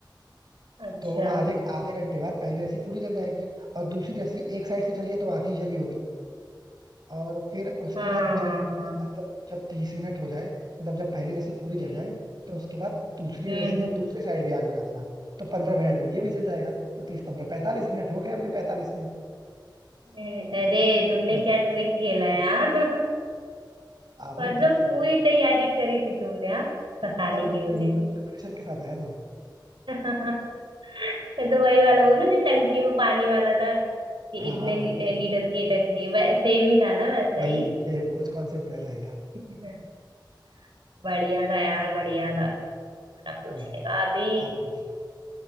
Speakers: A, on the right (about 85°); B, on the right (about 55°).
A: अच्छा
B: तो आधे आधे घंटे बाद पहली रस्सी पूरी जल जाएगी और दूसरी रस्सी एक साइड से जली है तो आधी ही जली होगी और फिर उसके
A: हाँ
B: बाद जब
A: हाँ
B: मतलब
A: हाँ
B: जब तीस मिनट हो जाए मतलब जब पहली रस्सी पूरी जल
A: हम्म
B: जाए तो उसके बाद दूसरी
A: हम्म
B: रस्सी में दूसरे साइड भी आग लगा देना तो पंद्रह मिनट में ये भी जल जाएगा तो तीस पंद्रह पैंतालीस मिनट हो गए अपने पैंतालीस मिनट
A: ए- अरे
B: <laughs>
A: तुमने क्या ट्रिक खेला है हाँ <laughs>
B: आपने
A: मतलब
B: ट्रिक क्या दी
A: पूरी
B: है?
A: तैयारी करी थी तुमने हाँ फंसाने
B: इस बार मैं
A: की
B: पूरी
A: मुझे
B: फुल प्रिपरेशन के साथ आया था
A: <laughs> ये तो वही वाला हुआ ना जो टंकी में पानी वाला था कि
B: हाँ
A: इतने
B: हाँ भाई
A: ली- लीटर की टंकी वै- सेम ही था ना वैसा
B: वही
A: ही
B: सेम कुछ कॉन्सेप्ट वैसा ही था
A: <laughs> बढ़िया था यार बढ़िया था तुम्हारा पूछने
B: कोई नहीं
A: का अभी
B: आप पूछो